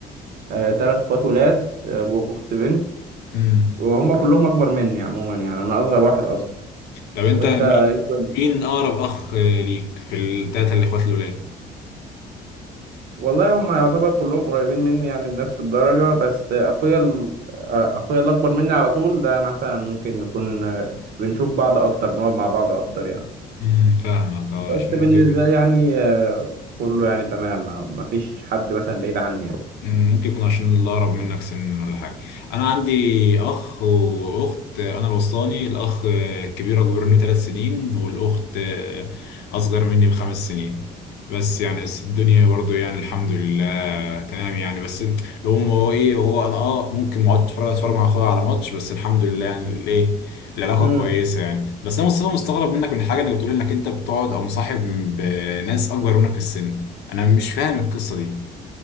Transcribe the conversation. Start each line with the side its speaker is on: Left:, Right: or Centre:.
Right: ثلاث اخوات ولاد آه، واخت بنت
Left: امم
Right: وهم كلهم اكبر مني عموما يعني انا اصغر واحد اصلا
Left: طب انت
Right: وانت
Left: مين
Right: إيه الدنيا؟
Left: مين اقرب اخ ليك في التلاتة الاخوات الولاد
Right: والله هم يعتبر كلهم قريبين مني يعني بنفس الدرجة بس اخويا ال... آه، اخويا اللي اكبر مني على طول ده مثلا ممكن نكون آه، بنشوف بعض اكتر بنقعد مع بعض اكتر يعني
Left: امم فاهمك اه
Right: بس
Left: عشان
Right: بالنسبة
Left: ممكن يكون
Right: لي يعني آه، كله يعني تمام ما ما فيش حد مثلا بعيد عني يعني
Left: مم، ممكن يكون عشان اللي اقرب منك سن ولا حاجه انا عندي اخ واخت انا الوسطاني الاخ الكبير اكبر مني ثلاث سنين والاخت اصغر مني بخمس سنين بس يعني بس الدنيا برضو يعني الحمد لله تمام يعني بس لو هو ايه هو انا اه ممكن ما اقعد اتفرج اتفرج مع اخويا على ماتش بس الحمد لله يعني الايه العلاقه
Right: مم.
Left: كويسه يعني بس انا مصطفى مستغرب منك من حاجه انك بتقول انك انت بتقعد او مصاحب بناس اكبر منك في السن انا مش فاهم القصه دي